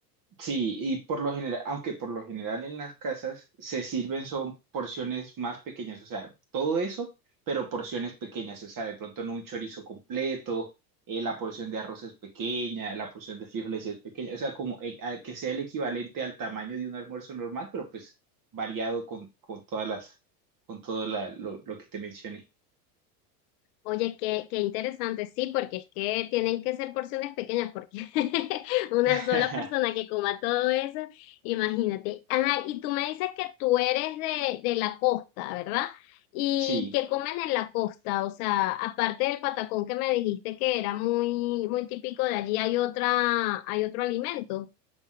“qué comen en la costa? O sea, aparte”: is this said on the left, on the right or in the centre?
Left